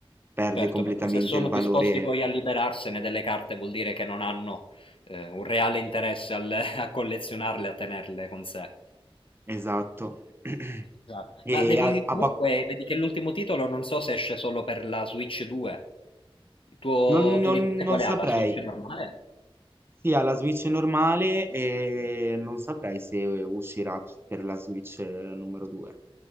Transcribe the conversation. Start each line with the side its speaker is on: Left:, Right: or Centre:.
Right: perde
Left: Certo,
Right: completamente
Left: perché se sono
Right: il valore
Left: disposti poi a liberarsene delle carte vuol dire che non hanno eh, un reale interesse al- <laughs> a collezionarle, a tenerle con sé.
Right: esatto. <clears throat>
Left: Esatto. Ma
Right: E
Left: devi
Right: a,
Left: comunque,
Right: a pa-
Left: vedi che l'ultimo titolo non so se esce solo per la Switch 2. Il tuo,
Right: non
Left: tuo
Right: non-
Left: nipote
Right: non
Left: quale ha?
Right: saprei.
Left: La Switch normale?
Right: Sì, ha la Switch normale e non saprei se uscirà per la Switch eh, numero 2.